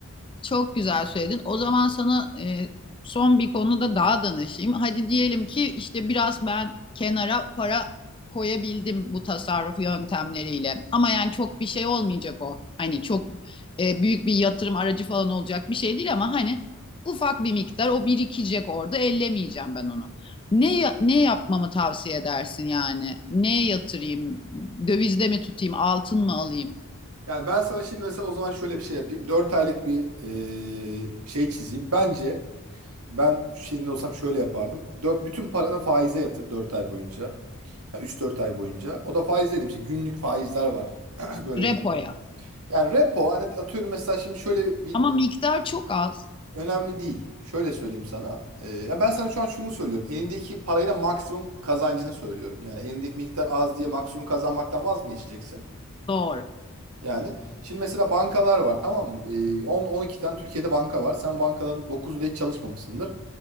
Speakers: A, on the left; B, on the right.
A: çok güzel söyledin. O zaman sana e, son bir konuda daha danışayım. Hadi diyelim ki işte biraz ben kenara para koyabildim bu tasarruf yöntemleriyle. Ama yani çok bir şey olmayacak o. Hani çok e, büyük bir yatırım aracı falan olacak bir şey değil ama hani ufak bir miktar o birikecek orada. Ellemeyeceğim ben onu. Ne ya- ne yapmamı tavsiye edersin yani? Neye yatırayım? Dövizde mi tutayım? Altın mı alayım?
B: Yani ben sana şimdi mesela o zaman şöyle bir şey yapayım. dört aylık bir e, şey çizeyim. Bence ben senin olsam şöyle yapardım. Dört, bütün paranı faize yatır 4 ay boyunca. Yani üç dört ay boyunca. O da faize dedim. İşte günlük faizler var. <clears throat> Böyle.
A: Repoya.
B: Yani repo hani atıyorum mesela şimdi şöyle bir
A: Ama miktar çok az.
B: önemli değil. Şöyle söyleyeyim sana. E, ya ben sana şu an şunu söylüyorum. Elindeki parayla maksimum kazancını söylüyorum. Yani elindeki miktar az diye maksimum kazanmaktan vaz mı geçeceksin?
A: Doğru.
B: Yani şimdi mesela bankalar var tamam mı? Ee, 10-12 tane Türkiye'de banka var. Sen bankaların 9'u hiç çalışmamışsındır.